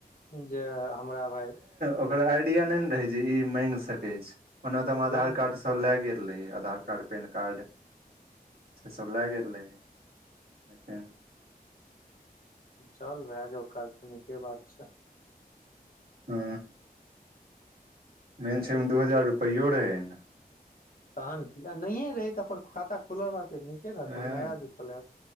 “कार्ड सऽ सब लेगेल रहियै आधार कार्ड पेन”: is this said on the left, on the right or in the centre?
Right